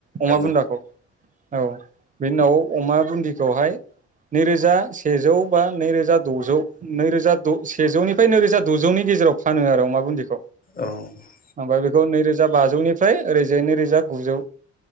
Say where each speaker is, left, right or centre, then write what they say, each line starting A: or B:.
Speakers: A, on the right; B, on the left.
A: अमा
B: नंगौ
A: बुन्दाखौ औ बेनि उनाव अमा बुन्दिखौहाय नैरोजा सेजौ बा नैरोजा दजौ नैरोजा सेजौनिफ्राय नैरोजा दजौनि गेजेराव फानो आरो अ मा बुन्दिखौ ओमफ्राय
B: औ ओं
A: बेखौ नैरोजा रोजा बाजौनिफ्राय ओरैजि नैरोजा गुजौ